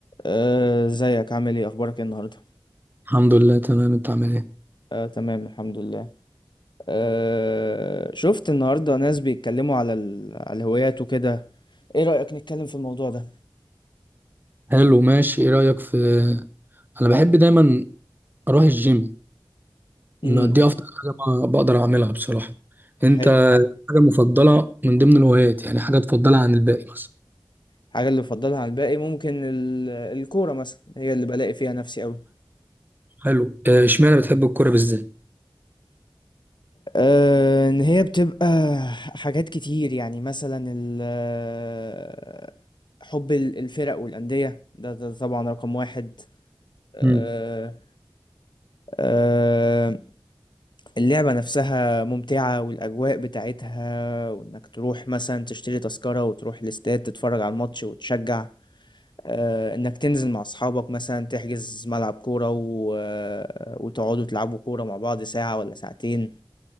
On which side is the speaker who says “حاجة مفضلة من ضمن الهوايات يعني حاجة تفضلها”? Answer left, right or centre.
Right